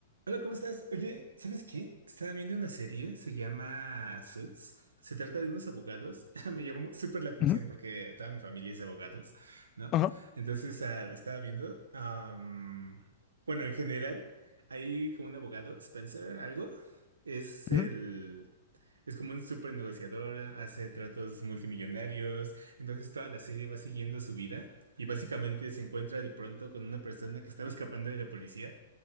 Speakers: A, on the right (about 80°); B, on the left (about 30°).
A: Hola, ¿cómo estás? Oye, ¿sabes qué? Estaba viendo una serie, se llama Suits. Se trata de unos abogados. <laughs> Me llamó mu- súper la atención
B: Ujú,
A: porque toda mi familia es de abogados, ¿no?
B: Ajá,
A: Entonces, ah, lo estaba viendo. am, bueno, en general, hay como un abogado, Spencer, algo. Es el...
B: ujú,
A: Es como un súper negociador, hace tratos multimillonarios. Entonces, toda la serie va siguiendo su vida y básicamente se encuentra de pronto con una persona que estaba escapando de la policía